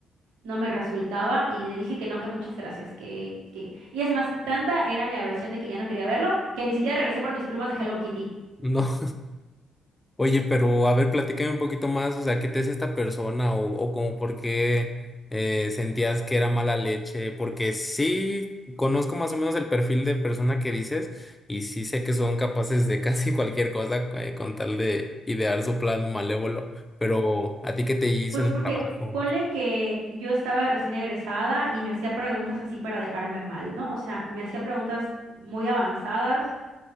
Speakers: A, on the right; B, on the left.
A: no me resultaba y le dije que no, que muchas gracias, que, que... Y es más, tanta era mi aversión de que ya no quería verlo, que ni siquiera regresé por mis plumas de Hello Kitty.
B: No. Oye, pero a ver, platícame un poquito más, o sea, ¿qué te hace esta persona? O, o como por qué eh, sentías que era mala leche, porque sí conozco más o menos el perfil de persona que dices y sí sé que son capaces de <laughs> casi cualquier cosa eh, con tal de idear su plan malévolo, pero ¿a ti qué te hizo
A: Pues
B: en el
A: porque
B: trabajo?
A: ponle que yo estaba recién egresada y me hacía preguntas así para dejarme mal, ¿no? O sea, me hacía preguntas muy avanzadas